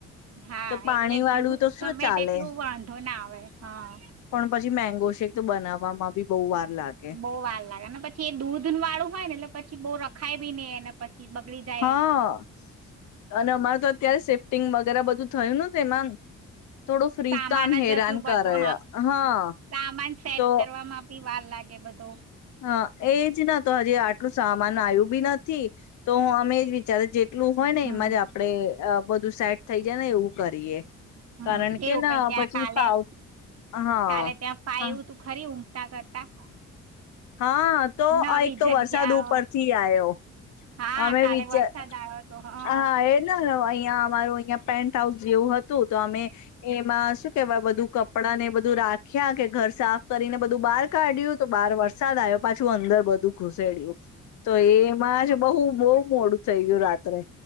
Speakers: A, on the right; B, on the left.
A: હા
B: તો પાણી
A: એટલે
B: વાળું
A: જુસ
B: તો શું
A: ગમે
B: ચાલે
A: તેટલું વાંધો ના આવે હા
B: પણ પછી મેંગો શેક તો બનાવવામાં ભી બહુ વાર લાગે
A: બો વાર લાગે ને પછી એ દૂધ દૂધવાળો હોય ને પછી ખાઈ બી ને એને પછી બગડી જાય
B: હા, અને અમારે તો અત્યારે ટિંગ્ બધું થયું ને, તેમાં થોડું ફ્રીજ
A: સામાન
B: તો આમ હેરાન
A: જ હજુ બધો
B: કરે, હા,
A: સામાન સેટ
B: તો
A: કરવામાં બી વાર લાગે. બધો
B: હા, એજ, ના તો હજી આટલું સામાન આવ્યું બી નથી, તો હું અમેજ વિચારે જે એટલું હોય ને,
A: હમ
B: એમાં જ આપણે અ બધું સેટ થઈ જાય ને, એવું કરીએ.
A: હમ,
B: કારણ
A: કેવું
B: કે ના
A: પણ ત્યાં
B: પછી
A: કાલે-કાલે
B: ફાવ હા
A: ત્યાં ફાઈવું તું ખરી કરતા, કરતા.
B: હા, તો
A: નવી
B: આ એક તો
A: જગ્યા
B: વરસાદ ઉપરથી આવ્યો.
A: હા
B: અમે
A: કાલે
B: વિચાર.
A: વરસાદ
B: હ,
A: આવ્યો હતો હ
B: હા, એ ન અહિયાં અમારું અહિયાં પેન્ટ હાઉસ જેવું હતું, તો અમે એમાં શું કહેવાય, બધું કપડા ને બધું રાખ્યા કે ઘર સાફ કરીને બધું બહાર કાઢ્યું, તો બહાર વરસાદ આવ્યો, પાછું અંદર બધું ઘુસેડિયું. તો એમાં જ તો બહુ મોડું થઈ ગયું રાત્રે